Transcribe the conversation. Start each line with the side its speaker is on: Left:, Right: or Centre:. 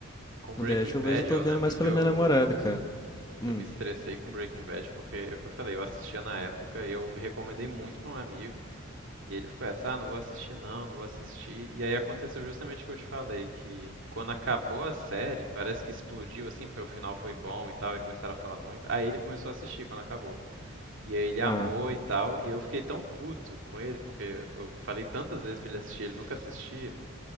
Right: Com
Left: O
Right: Breaking
Left: The Last
Right: Bad,
Left: of Us eu tô
Right: eu
Left: vendo
Right: lembro
Left: mais
Right: que
Left: pela
Right: eu.
Left: minha namorada, cara. Hum.
Right: Eu me estressei com Breaking Bad porque, é o que eu falei, eu assistia na época e eu recomendei muito pra um amigo. E ele ficou essa, ah, não vou assistir não, não vou assistir. E aí aconteceu justamente o que eu te falei, que quando acabou a série, parece que explodiu assim, porque o final foi bom e tal, e começaram a falar muito. Aí ele começou a assistir quando acabou. E aí ele amou
Left: Ah.
Right: e tal, e eu fiquei tão puto com ele, porque eu falei tantas vezes pra ele assistir, ele nunca assistia,